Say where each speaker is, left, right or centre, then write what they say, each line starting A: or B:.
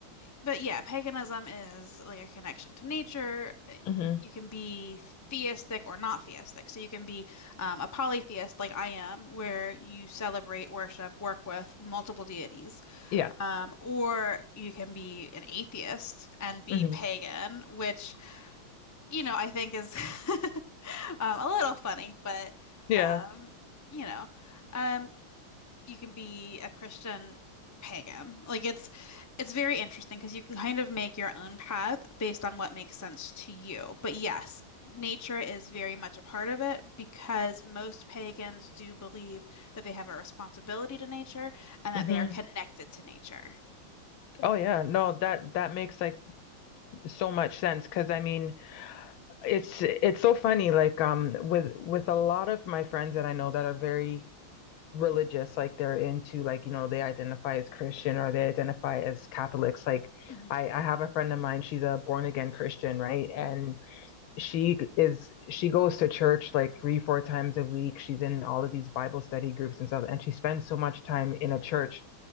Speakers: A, on the left (about 20°); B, on the left (about 80°).
A: but yeah, paganism is like a connection to nature. Uh,
B: hmm
A: You can be theistic or not theistic. So you can be um, a polytheist like I am, where you celebrate, worship, work with multiple deities.
B: Yeah.
A: Um, or you can be an atheist and be
B: hmm
A: pagan, which, you know, I think is <laughs> um, a little funny, but,
B: Yeah.
A: um, you know. Um, you can be a Christian pagan. Like it's it's very interesting because you can kind of make your own path based on what makes sense to you. But yes, nature is very much a part of it because most pagans do believe that they have a responsibility to nature and that
B: hmm
A: they are connected to nature.
B: Oh yeah. No, that that makes like so much sense because I mean, it's it's so funny like um with with a lot of my friends that I know that are very religious, like they're into like, you know, they identify as Christian or they identify as Catholics. Like
A: hmm
B: I, I have a friend of mine, she's a born again Christian, right?
A: hmm
B: And she is she goes to church like three, four times a week. She's in all of these Bible study groups and stuff, and she spends so much time in a church.